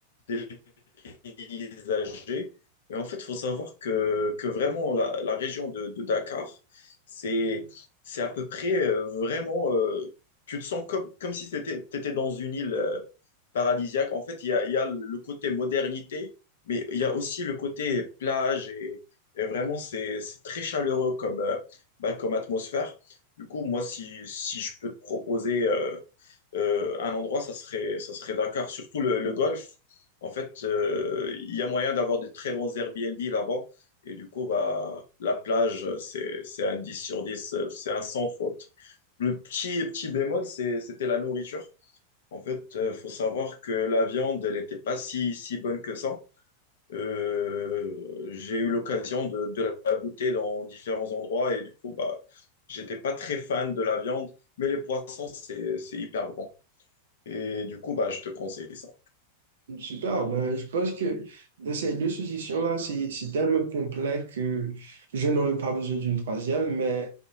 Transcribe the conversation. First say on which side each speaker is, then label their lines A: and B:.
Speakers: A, on the left; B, on the right.
A: euh, paysagers. Et en fait, il faut savoir que, que vraiment, la, la région de, de Dakar, c'est, c'est à peu près euh, vraiment, euh, tu te sens comme, comme si c'était, t'étais dans une île euh, paradisiaque. En fait, il y a, il y a le côté modernité, mais il y a aussi le côté plage et, et vraiment, c'est, c'est très chaleureux comme, euh, bah, comme atmosphère. Du coup, moi, si, si je peux te proposer euh, euh, un endroit, ça serait, ça serait Dakar, surtout le, le golf. En fait, euh, il y a moyen d'avoir de très bons Airbnb là-bas. Et du coup, bah, la plage, c'est, c'est un 10 sur 10, euh, c'est un sans faute. Le petit, petit bémol, c'est- c'était la nourriture. En fait, il faut savoir que la viande, elle n'était pas si, si bonne que ça. Euh, j'ai eu l'occasion de, de la goûter dans différents endroits et du coup, bah, j'étais pas très fan de la viande, mais les poissons, c'est, c'est hyper bon. Et du coup, bah, je te conseille ça.
B: Super, ben, je pense que dans ces deux suggestions-là, c'est c'est tellement complet que je n'aurais pas besoin d'une troisième, mais